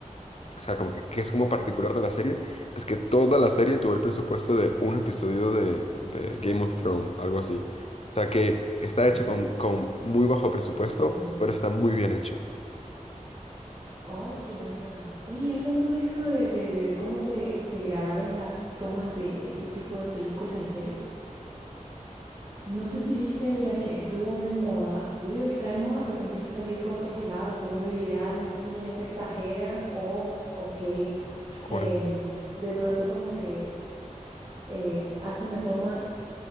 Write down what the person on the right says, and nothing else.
¿Eh?
Muy buena.
¡Ay, qué buena! Oye, y hablando de eso, de, de, de cómo se, se grabaron las tomas de, de este tipo de películas, de series, no sé si viste la que estuvo de moda. Yo digo que está de moda porque empieza a salir por todos lados, se vuelve viral, no sé si la gente exagera o, ok,
em, de pronto como que eh, hacen la toma